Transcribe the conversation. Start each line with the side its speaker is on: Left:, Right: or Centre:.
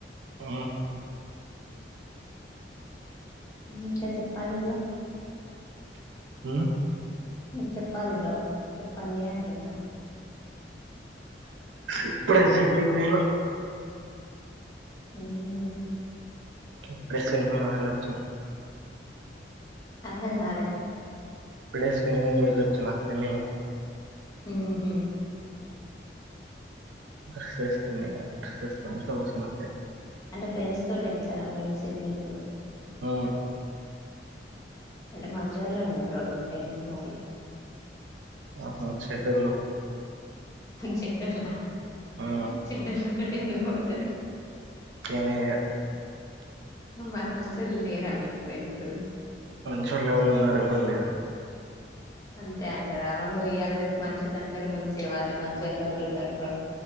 Right: ఆ
Left: ఇంకా చెప్పండి బ్రో
Right: మ్మ్మ్మ్
Left: చెప్పాలి బ్రో చెప్పండి అంటున్నా
Right: ఇప్పుడే సెండింగ్ మేలు
Left: ఆమ్ మ్మ్
Right: ఇపుడు సెమినార్ వేలివోచ
Left: అర్ధంగాాల
Right: ఇప్పుడే స్విమ్మింగ్ వళ్ళచ్చనా స్విమ్మింగ్
Left: మ్మ్మ్మ్ మ్మ్మ్మ్
Right: స్తున్నా ఇంట్లో కూర్చునా
Left: అంటే ఫ్రెండ్స్ తోటి వెళ్తారా మీరు స్విమ్మింగ్ కు
Right: ఆ
Left: అంటే మజూర్లోని ఎ బ్రో మీ ఫ్రెండ్స్ మరి
Right: ఆహా షెడ్యూల్
Left: చెడ్డలా
Right: ఆ
Left: చెడ్డల తటి ఎందు పోతారు
Right: తేనెగ
Left: మరి మంచళ లేరా మీకు ఫ్రెండ్స్
Right: మంచోలు ఎవరు ఉన్నారు ఎవరు లేరు
Left: అంతే అంట రావు నువ ఇ్యల మనుషులందరూ ముంచే వాళ్ళు మంచిు వాళ్ళు ఎవళ్ళు ఉన్నారు బ్రో